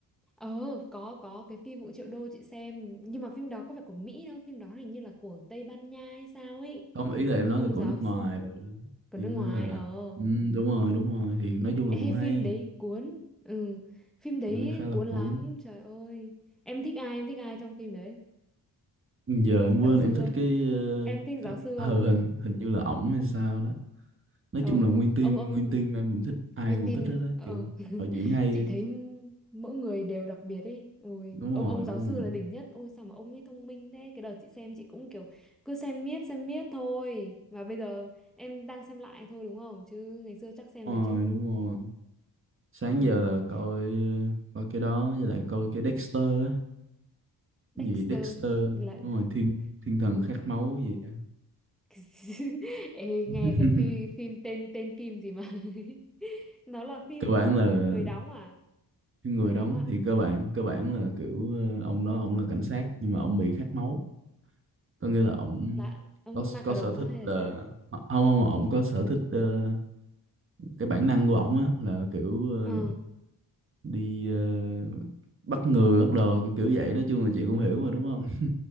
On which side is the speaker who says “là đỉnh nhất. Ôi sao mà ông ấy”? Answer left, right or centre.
Centre